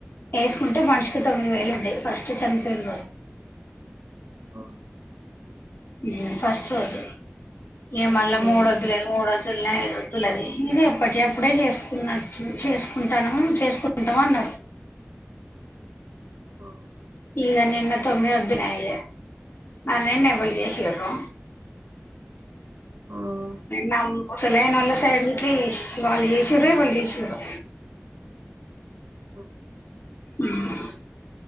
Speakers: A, on the left; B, on the right.
A: ఎసుకుంటే మనిషికి తొమ్మిది వేలు ఉండే ఫస్ట్ చనిపోయిన రో.
B: అ
A: ఈ ఫస్ట్ రోజు ఇగా మళ్ళా
B: ఉమ్,
A: మూడు వొద్దులే మూడు ద్ద్దులది ఇది ఎప్పటి ఎప్పుడే చేసుకున్న చేసుకుంటానో చేసుకుంటాము అన్నారు
B: అఓ
A: ఇగా నిన్న తొమ్మివొద్దులాయే మన్నే ఎవడు చేషిరో
B: ఉమ్.
A: నమ్ ముసలైన్ వోళ్ళ సైడ్ గిట్ల వాళ్ళు చేశిర్రో ఎవరు చేశిర్రో.
B: ఓ
A: హ్